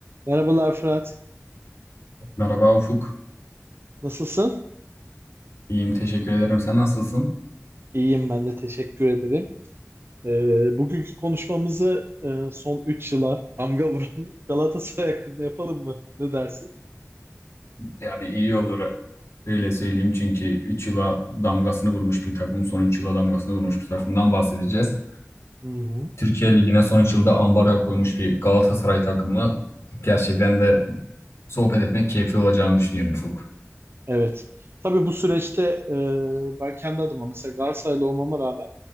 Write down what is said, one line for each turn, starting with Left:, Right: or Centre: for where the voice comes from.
Right: Merhabalar Fırat.
Left: Merhaba Ufuk.
Right: Nasılsın?
Left: İyiyim, teşekkür ederim. Sen nasılsın?
Right: İyiyim ben de teşekkür ederim. Ee, bugünkü konuşmamızı e, son 3 yıla damga vuran <laughs> Galatasaray hakkında yapalım mı? Ne dersin?
Left: Yani iyi olur öyle söyleyeyim çünkü 3 yıla damgasını vurmuş bir takım, son 3 yıla damgasını vurmuş bir takımdan bahsedeceğiz.
Right: Hı hı.
Left: Türkiye Ligi'ne son 3 yılda ambargo koymuş bir Galatasaray takımı gerçekten de sohbet etmek keyifli olacağını düşünüyorum Ufuk.
Right: Evet. Tabii bu süreçte e, ben kendi adıma mesela Galatasaraylı olmama rağmen